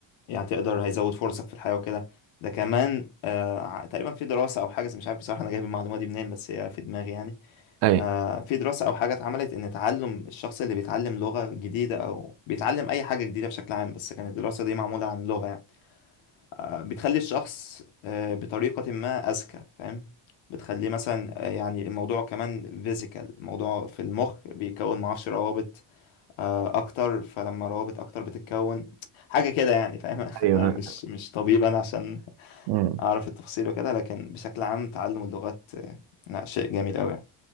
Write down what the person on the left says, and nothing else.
يعني تقدر هيزود فرصك في الحياة وكده ده كمان آه، ع- تقريبا في دراسة او حاجة مش عارف بصراحة انا جايب المعلومة دي منين بس هي في دماغي يعني
آه، في دراسة او حاجة اتعملت ان تعلم الشخص اللي بيتعلم لغة جديدة او بيتعلم اي حاجة جديدة بشكل عام بس كانت الدراسة دي معمولة عن لغة يعني آه، بتخلي الشخص آه، بطريقة ما اذكى فاهم بتخليه مثلا آه، يعني الموضوع كمان فيزيكال الموضوع في المخ بيكون معرفش روابط آه، اكتر فلما روابط اكتر بتتكون حاجه كده يعني فاهم <laughs>
انا مش مش طبيب انا عشان
اعرف التفاصيل وكده لكن بشكل عام تعلم اللغات آه، لا شيء جميل قوي يعني